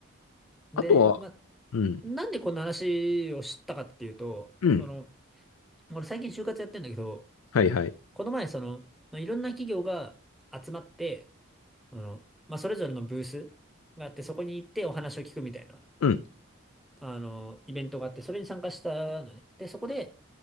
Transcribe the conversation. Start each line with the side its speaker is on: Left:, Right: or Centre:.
Centre: <laughs>
Left: あとは、
Centre: で、まあ、
Left: うん。
Centre: なんでこんな話を知ったかっていうと、
Left: うん。
Centre: あの、俺最近就活やってんだけど、
Left: はいはい。
Centre: この前、その、まあ、いろんな企業が集まって、あの、まあ、それぞれのブースがあって、そこに行ってお話を聞くみたいな、
Left: うん。
Centre: あの、イベントがあって、それに参加したのね。で、そこで、